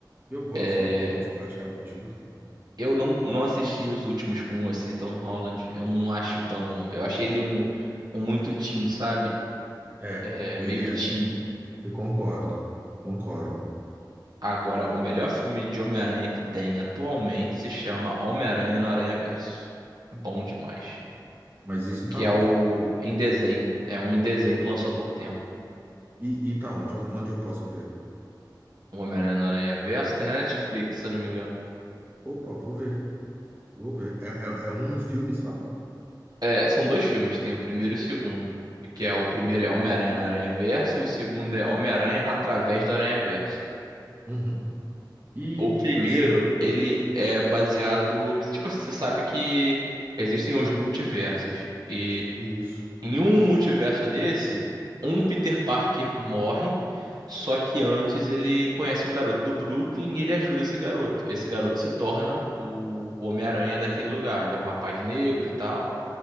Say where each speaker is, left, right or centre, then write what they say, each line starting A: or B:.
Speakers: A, on the right; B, on the right.
A: Eu gosto
B: É,
A: de todos, praticamente, viu, cara?
B: eu não, não assisti os últimos com esse Tom Holland. Eu não acho tão. Eu achei ele um, um muito teen, sabe?
A: É,
B: É, meio
A: ele é.
B: teen.
A: Eu concordo, concordo.
B: Agora, o melhor filme de Homem-Aranha que tem atualmente se chama Homem-Aranha no Aranhaverso. Bom demais.
A: Mas isso tá
B: Que
A: onde?
B: é o em desenho. É um em desenho que lançou há pouco tempo.
A: E, e tá onde? Onde eu posso ver?
B: O Homem-Aranha no Aranha Verso tem na Netflix, se eu não me engano.
A: Opa, vou ver, vou ver. É, é- é um filme só?
B: É, são dois filmes, tem o primeiro e o segundo. Que é o primeiro é Homem-Aranha no Aranha Verso e o segundo é Homem-Aranha através do Aranha Verso.
A: Uhum. E
B: O primeiro,
A: assim,
B: ele é baseado, que, tipo assim, você sabe que existem os
A: hum,
B: multiversos. e
A: isso.
B: Em um multiverso desse, um Peter Parker morre, só que antes ele conhece um garoto do Brooklyn e ele ajuda esse garoto. Esse garoto se torna o Homem-Aranha daquele lugar. Ele é um rapaz negro e tal.